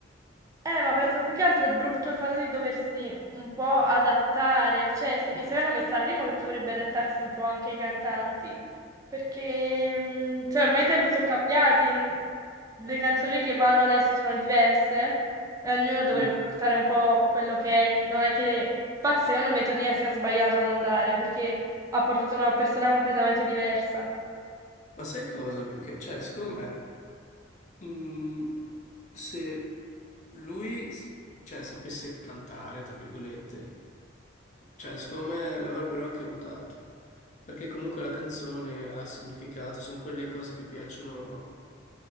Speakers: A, on the right (about 15°); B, on the left (about 40°).
A: Eh, ma penso più che altro è brutto il fatto di doversi un po' adattare, cioè se, secondo me Sanremo che dovrebbe adattarsi un po' anche ai cantanti, perché mm, cioè, ormai i tempi sono cambiati, n- le canzoni che vanno adesso sono diverse e ognuno dovrebbe
B: Mm.
A: portare un po' quello che è, non è che... Infatti secondo me Tonia si è sbagliato ad andare perché ha portato una persona completamente diversa.
B: Ma sai cosa? Più che... Cioè, secondo me, mm, se lui, s- cioè, sapesse cantare, tra virgolette, Cioè, secondo me l'avrebbero anche votato, perché comunque la canzone ha significato, sono quelle cose che piacciono,